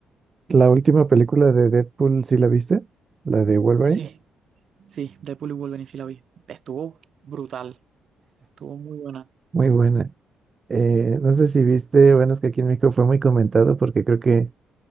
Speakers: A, on the right; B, on the right.
A: la última película de Deadpool, sí la viste? ¿La de Wolverine?
B: Sí, sí, Deadpool y Wolverine sí la vi. Estuvo brutal, estuvo muy buena.
A: Muy buena. Eh, no sé si viste, bueno, es que aquí en México fue muy comentado porque creo que